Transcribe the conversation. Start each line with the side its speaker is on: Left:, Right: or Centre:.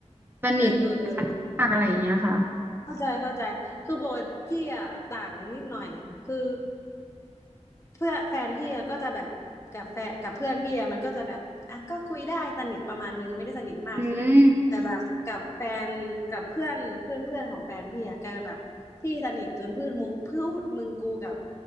Right: สนิทกันมากอะไรอย่างเงี้ยค่ะ
Left: เออเออเออ เข้าใจเข้าใจคือปกติพี่อ่ะต่างนิดหน่อยคือเพื่อนแฟนพี่อะก็จะแบบกับแฟนกับเพื่อนพี่อะมันก็จะแบบอ่ะก็คุยได้สนิทประมาณนึงไม่ได้สนิทมากใช่ไหมแต่แบบกับแฟนกับเพื่อนเพื่อนเพื่อนของแฟนพี่อะกลายเป็นแบบพี่สนิทจนพูดมูพูดมึงกูกับ
Right: อืม <laughs>